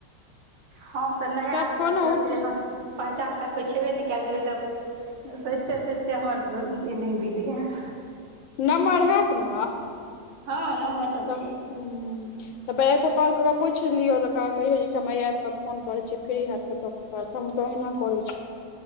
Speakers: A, on the right; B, on the left.
A: हम तऽ नया
B: सब
A: आदमी
B: फोनो
A: मे जुड़ल
B: उठ
A: छेलियै हमरा पहचान बला कोइ छेबे नै केएल छैै तऽ हम।
B: हूँ।
A: सौचते-सौचते हमर दू दिन तीन दिन बीत गेल।
B: नम्मर हेएत न
A: हँ नम्बर सब
B: तऽ
A: छै
B: हूँ। तऽ पहिले एक बेर कॉल कऽ के पूइछ लियौ तऽ कहियौ जे हम एहि एप पर फोन करै छीै फ्री हेब तऽ गप। प्रथम तऽ ओहिना करै छि।